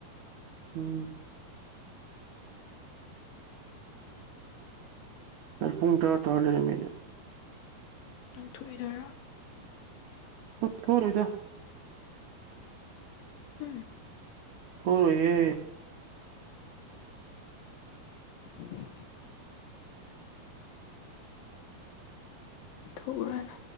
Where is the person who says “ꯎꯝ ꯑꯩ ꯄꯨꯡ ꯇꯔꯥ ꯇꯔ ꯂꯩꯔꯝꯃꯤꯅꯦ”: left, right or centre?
Right